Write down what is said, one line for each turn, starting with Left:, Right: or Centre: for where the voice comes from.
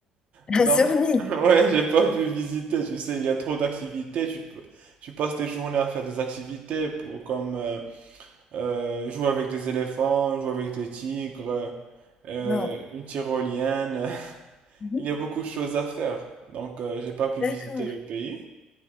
Left: Un
Right: Donc,
Left: sur mille.
Right: <laughs> ouais, j'ai pas pu visiter, tu sais, il y a trop d'activités. Tu peux, tu passes tes journées à faire des activités pour- comme, euh, euh, jouer avec des éléphants, jouer avec des tigres, euh,
Left: Wow.
Right: une tyrolienne. <laughs>
Left: Mhm.
Right: Il y a beaucoup de choses à faire, donc euh, j'ai pas pu
Left: D'accord,
Right: visiter le pays.